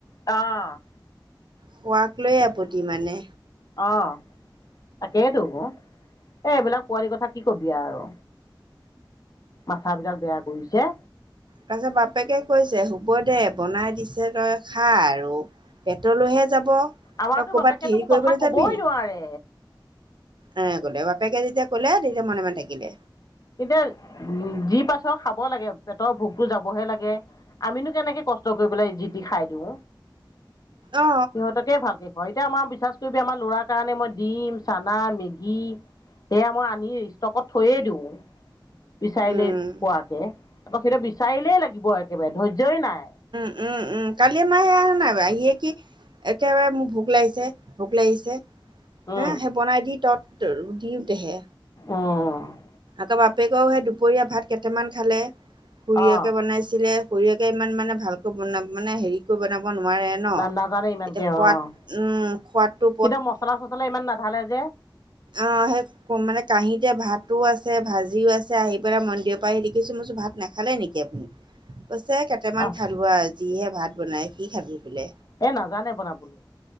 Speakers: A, on the left (about 45°); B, on the right (about 65°).
A: অ'।
B: খোৱাক লৈ আপত্তি মানে।
A: অ'। তাকেইতো অ', এই এইবিলাক পোৱালিৰ কথা কি কবি আৰু। মাথা বিলাক বেয়া কৰিছে।
B: তাৰপিছত বাপেকে কৈছে, হ'ব দে বনাই দিছে তই খা আৰু। পেটলৈহে যাব।
A: আমাৰতো
B: তই ক'ৰবাত
A: বাপেকেতো
B: হেৰি কৰিবলৈ
A: কথা ক'বই
B: যাবি নি
A: নোৱাৰে।
B: এনে বাপেকে যেতিয়া কলে তেতিয়া মনে মনে থাকিলে।
A: এতিয়া যি পাইছো খাব লাগে, পেটৰ ভোকতো যাবহে লাগে, আমিনো কেনেকে কষ্ট কৰি পেলাই জিতি খাই দিওঁ।
B: অ
A: সিহঁতকে ভালকে অ' এতিয়া আমাৰ বিশ্বাস কৰিবি আমাৰ ল'ৰাৰ কাৰণে মই ডিম, চানা, মেগী সেয়া মই আনি ষ্টকত থৈয়ে দিওঁ। বিচাৰিলেই
B: উম
A: পোৱাকে, সেইটো বিচাৰিলেই লাগিব একেবাৰে ধৈৰ্যই নাই।
B: উম, উম, কালি মই হি আহা নাই আহিয়ে কি একেবাৰে মোক ভোক লাগিছে, ভোক লাগিছে।
A: উম
B: হে সেই বনাই দি ত'ত দিওঁতেহে।
A: অহ'
B: আকৌ বাপেকেও সেই দুপৰীয়া ভাত কেইটামান খালে সুুৰিয়েকে
A: অ
B: বনাইছিলে। খুৰিয়েকে ইমান মানে ভালকৈ বনাব মানে হেৰিকৈ বনাব নোৱাৰে ন।
A: নাজানে ইমানকে
B: এতিয়া
A: অ'
B: সোৱাদ উম সোৱাদটো
A: সিহঁতৰ মচলা চচলা ইমান নাঢালে যে
B: অ' সেই মানে কাহীতে ভাত। ভাত আছে, ভাজিও আছে আহি পেলাই মন্দিৰৰ পৰা আহি দেখিছো মই চো ভাত নাখালে নেকি আপুনি কৈছে কেইটামান
A: অহ
B: খালো আৰু যিহে ভাত বনাই সি খাবি। বোলে
A: এ নাজানে বনাবলৈ।